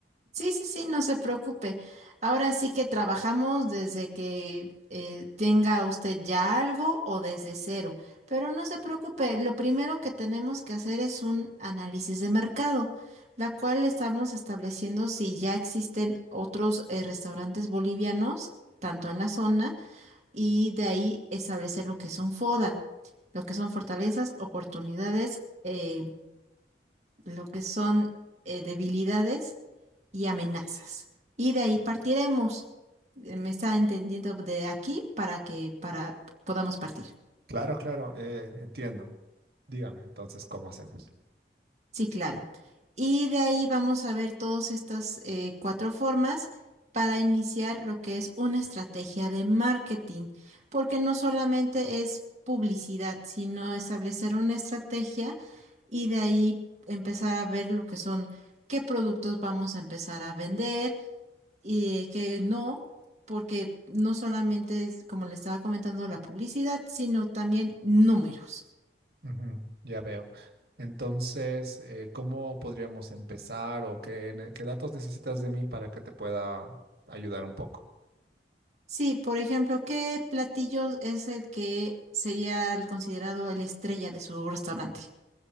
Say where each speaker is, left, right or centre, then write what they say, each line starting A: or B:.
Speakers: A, on the right; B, on the right.
A: Sí, sí, sí, no se preocupe. Ahora sí que trabajamos desde que eh, tenga usted ya algo o desde cero, pero no se preocupe, lo primero que tenemos que hacer es un análisis de mercado, la cual estamos estableciendo si ya existen otros eh, restaurantes bolivianos, tanto en la zona, y de ahí establecer lo que son FODA, lo que son fortalezas, oportunidades. eh, lo que son eh, debilidades y amenazas. Y de ahí partiremos. Eh, ¿Me está entendiendo de aquí para que para podamos partir?
B: Claro, claro, eh, entiendo. Dígame entonces cómo hacemos.
A: Sí, claro. Y de ahí vamos a ver todas estas eh, cuatro formas para iniciar lo que es una estrategia de marketing, porque no solamente es publicidad, sino establecer una estrategia y de ahí empezar a ver lo que son, qué productos vamos a empezar a vender Y que no, porque no solamente es, como le estaba comentando, la publicidad, sino también números.
B: Ujú, ya veo. Entonces, eh, ¿cómo podríamos empezar o qué, ne- qué datos necesitas de mí para que te pueda ayudar un poco?
A: Sí, por ejemplo, ¿qué platillo es el que sería el considerado la estrella de su restaurante?